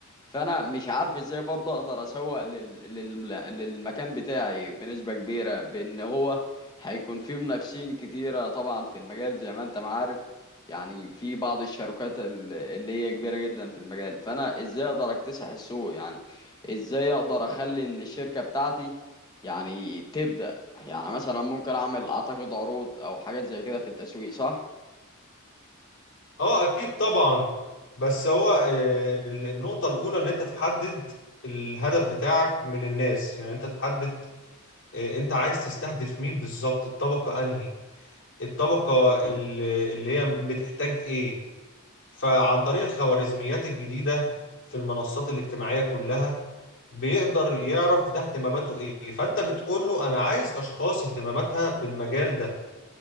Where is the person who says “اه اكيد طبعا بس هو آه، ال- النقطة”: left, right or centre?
Left